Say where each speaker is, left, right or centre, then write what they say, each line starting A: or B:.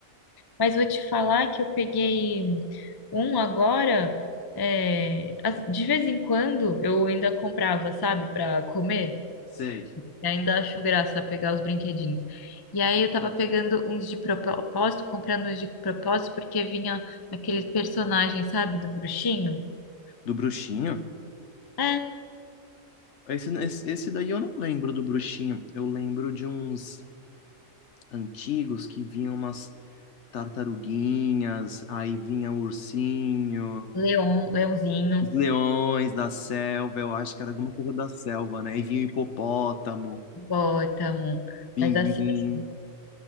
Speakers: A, on the left; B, on the left.
A: mas vou te falar que eu peguei um agora, é, as- de vez em quando eu ainda comprava, sabe, para comer.
B: Sei.
A: E ainda acho graça pegar os brinquedinhos. E aí eu tava pegando uns de propósito, comprando uns de propósito, porque vinha aqueles personagens, sabe, do bruxinho?
B: Do bruxinho?
A: É.
B: Esse, esse, esse daí eu não lembro do bruxinho. Eu lembro de uns. antigos que vinham umas tartaruguinhas, aí vinha o ursinho,
A: Leão, leãozinho,
B: os leões da selva, eu acho que era alguma coisa da selva, né? E vinha o hipopótamo,
A: hipopótamo.
B: pinguim.
A: Mas assim, assim,